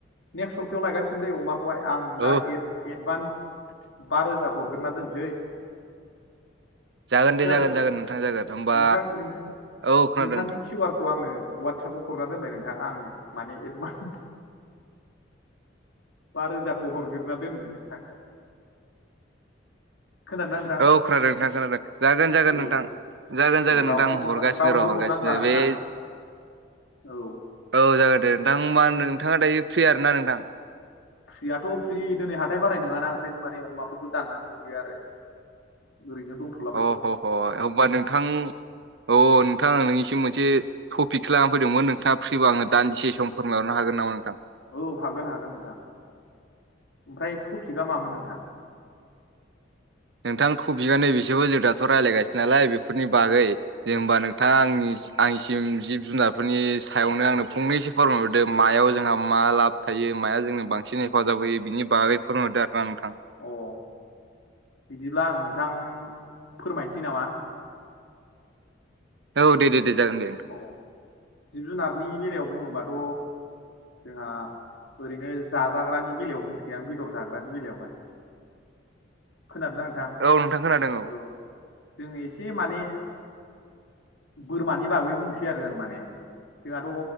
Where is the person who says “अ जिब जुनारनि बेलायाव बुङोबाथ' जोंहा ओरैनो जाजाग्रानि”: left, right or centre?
Left